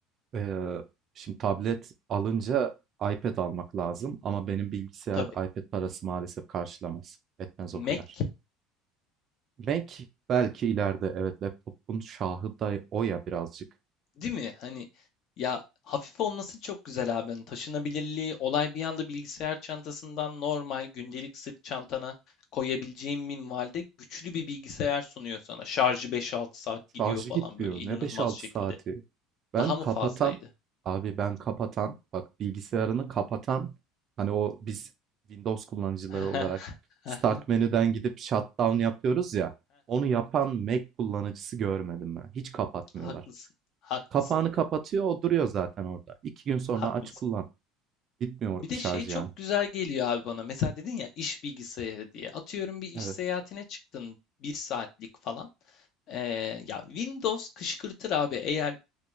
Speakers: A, on the right; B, on the left.
A: Ee, şimdi tablet alınca iPad almak lazım ama benim bilgisayar
B: Tabii.
A: iPad parası maalesef karşılamaz. Etmez
B: Mac
A: o kadar. Mac belki ileride evet laptopun şahı da o ya birazcık.
B: Değil mi? Hani ya hafif olması çok güzel abi. Hani taşınabilirliği, olay bir anda bilgisayar çantasından normal gündelik sırt çantana koyabileceğin minvalde güçlü bir bilgisayar sunuyor sana. Şarjı beş altı saat gidiyor
A: Şarjı
B: falan
A: gitmiyor.
B: böyle inanılmaz
A: Ne beş altı
B: şekilde.
A: saati? Ben
B: Daha
A: kapatan,
B: mı fazlaydı?
A: abi ben kapatan, bak bilgisayarını kapatan, hani o biz Windows kullanıcıları
B: <laughs>
A: olarak start menüden gidip shutdown yapıyoruz ya, onu yapan Mac kullanıcısı görmedim ben. Hiç kapatmıyorlar.
B: Haklısın, haklısın,
A: Kapağını kapatıyor, o duruyor zaten orada. İki gün sonra
B: haklısın.
A: aç kullan. Bitmiyor
B: Bir de
A: şarj
B: şey çok
A: yani.
B: güzel geliyor abi bana. Mesela dedin ya iş bilgisayarı diye. Atıyorum bir iş
A: Evet,
B: seyahatine çıktın bir saatlik falan. Ee, ya Windows kışkırtır abi. Eğer